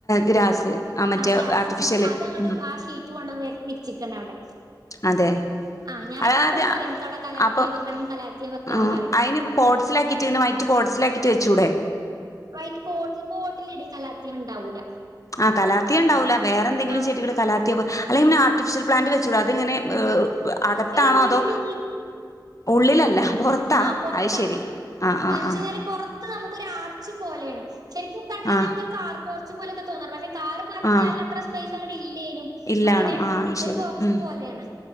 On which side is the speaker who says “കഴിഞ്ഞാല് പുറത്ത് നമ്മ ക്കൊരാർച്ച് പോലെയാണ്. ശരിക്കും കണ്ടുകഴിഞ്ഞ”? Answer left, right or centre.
Right